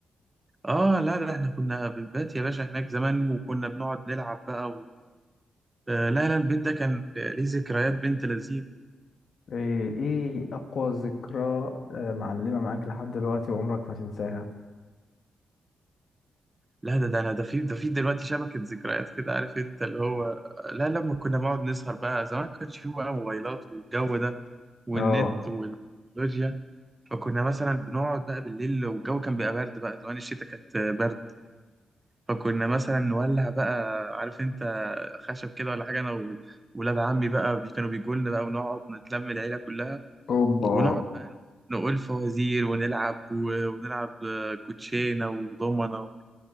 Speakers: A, on the right; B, on the left.
A: اه لا لا احنا كنا بنبات يا باشا هناك زمان وكنا بنقعد نلعب بقى آه، لا لا البيت ده كان ليه ذكريات بنت لذينه
B: ايه ايه اقوى ذكرى آه، معلمة معاك لحد دلوقتي وعمرك ما تنساها
A: لا ده ده انا ده في ده في دلوقتي شبكه ذكريات كده عارف انت اللي هو لا لما كنا بنقعد نسهر بقى زمان ما كانش فيه بقى موبايلات والجو ده والنت
B: اه
A: والتكنولوجيا فكنا مثلا بنقعد بقى بالليل والجو كان بيبقى برد بقى زمان الشتاء كانت برد فكنا مثلا نولع بقى عارف انت خشب كده ولا حاجه انا و- وولاد عمي بقى بي- كانوا بيجوا لنا بقى ونقعد نتلم العيله كلها
B: اوبا
A: ونقعد بقى نقول فوازير ونلعب و- ونلعب كوتشينة وضمنة